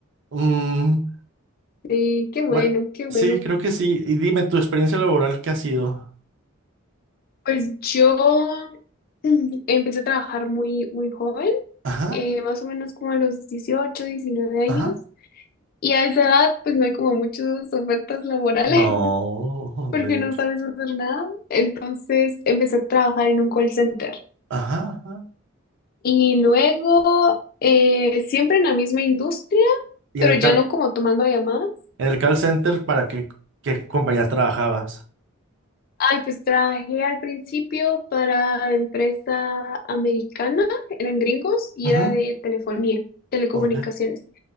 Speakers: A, on the right (about 60°); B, on the left (about 45°).
A: Mm,
B: Sí, qué bueno,
A: bue-
B: qué
A: sí,
B: bueno.
A: creo que sí. Y dime, ¿tu experiencia laboral qué ha sido?
B: Pues yo mm, empecé a trabajar muy, muy joven,
A: Ajá,
B: eh, más o menos como a los dieciocho, diecinueve años.
A: ajá.
B: Y a esa edad, pues no hay como muchas ofertas laborales
A: No,
B: <laughs> porque
A: de
B: no
A: hecho.
B: sabes hacer nada. Entonces empecé a trabajar en un call center.
A: Ajá, ajá.
B: Y luego, eh, siempre en la misma industria,
A: ¿Y
B: pero
A: en el
B: ya
A: call,
B: no como tomando llamadas.
A: en el call center para qué, qué compañías trabajabas?
B: Ay, pues trabajé al principio para empresa americana, eran gringos y
A: Ujú,
B: era de telefonía, telecomunicaciones.
A: ok.